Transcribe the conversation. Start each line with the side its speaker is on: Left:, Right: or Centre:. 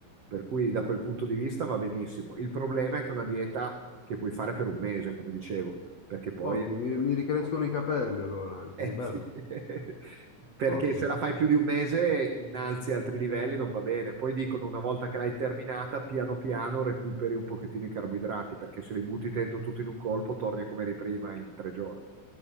Right: Per cui da quel punto di vista va benissimo. Il problema è che è una dieta che puoi fare per un mese, come dicevo perché poi
Left: Ottimo, mi, mi ricrescono i capelli allora anche,
Right: eh,
Left: che bello.
Right: sì. <laughs> Perché
Left: Ottimo,
Right: se la fai più di un mese innalzi altri livelli, non va bene. Poi dicono una volta che l'hai terminata, piano piano recuperi un pochettino i carboidrati, perché se li butti dentro tutto in un colpo, torni a come eri prima in tre giorni.